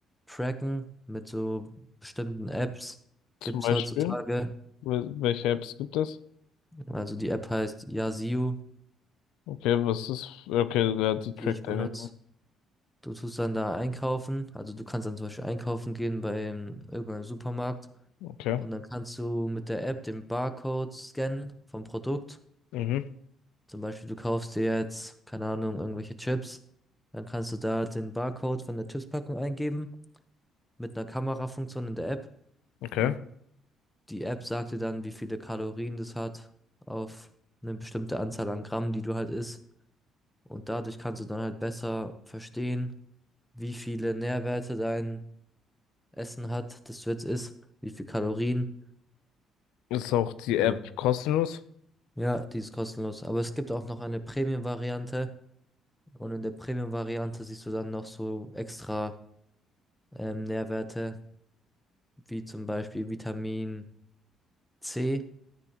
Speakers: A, in the centre; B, on the left.
A: tracken mit so bestimmten Apps.
B: Zum
A: Gibt's
B: Beispiel,
A: heutzutage.
B: Wel- welche Apps gibt es?
A: Also die App heißt Yazoo,
B: Okay, was ist? Okay, ja, die trackt
A: die ich benutze.
B: deine.
A: Du tust dann da einkaufen. Also du kannst dann zum Beispiel einkaufen gehen bei irgendeinem Supermarkt.
B: Okay.
A: Und dann kannst du mit der App den Barcode scannen vom Produkt.
B: Mhm.
A: Zum Beispiel, du kaufst dir jetzt, keine Ahnung, irgendwelche Chips. Dann kannst du da den Barcode von der Chipspackung eingeben mit einer Kamerafunktion in der App.
B: Okay.
A: Und die App sagt dir dann, wie viele Kalorien das hat auf eine bestimmte Anzahl an Gramm, die du halt isst. Und dadurch kannst du dann halt besser verstehen, wie viele Nährwerte dein Essen hat, das du jetzt isst, wie viel Kalorien.
B: Ist auch die
A: Ja.
B: App kostenlos?
A: Ja, die ist kostenlos. Aber es gibt auch noch eine Premium-Variante. Und in der Premium-Variante siehst du dann noch so extra ähm, Nährwerte, wie zum Beispiel Vitamin C,